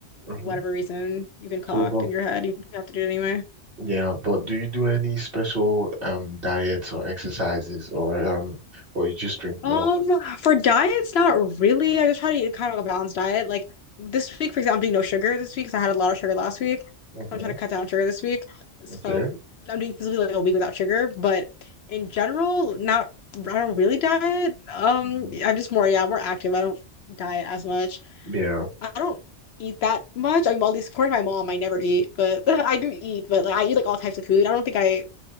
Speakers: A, on the right (about 50°); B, on the left (about 65°).
A: hmm
B: whatever reason you can concoct
A: So, but
B: in your head, you have to do it anyway.
A: yeah, but do you do any special um diets or exercises, or um, or you just drink milk?
B: Um, for diets, not really. I just try to eat kind of a balanced diet. Like this week, for example, I'm doing no sugar this week because I had a lot of sugar last week.
A: hmm
B: so I'm trying to cut down sugar this week. So
A: Okay.
B: I'm, I'm doing basically like a week without sugar. But in general, not I don't really diet. Um,
A: Mm.
B: I'm just more, yeah, more active. I don't diet as much.
A: Yeah.
B: I don't eat that much. I mean, well, at least according to my mom, I never eat, but <laughs> I do eat, but like I eat like all types of food. I don't think I